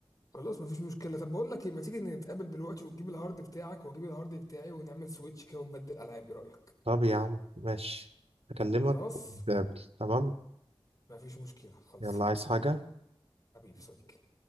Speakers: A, on the left; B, on the right.
A: خلاص مفيش مشكله طب بقول لك ايه ما تيجي نتقابل دلوقتي وتجيب الهارد بتاعك واجيب الهارد بتاعي ونعمل سويتش كده ونبدل العاب ايه رايك
B: طب يا عم ماشي اكلمك
A: خلاص
B: ونتقابل تمام
A: مفيش مشكله خلص
B: يلا عايز حاجة
A: حبيبي صديقي